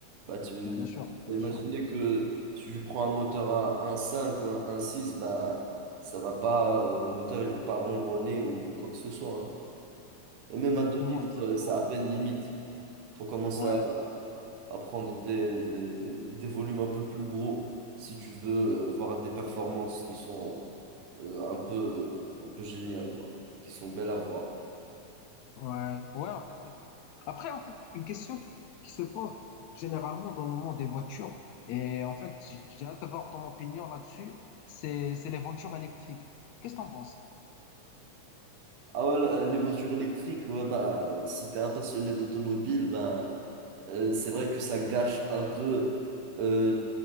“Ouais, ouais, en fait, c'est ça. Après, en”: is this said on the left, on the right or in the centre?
Left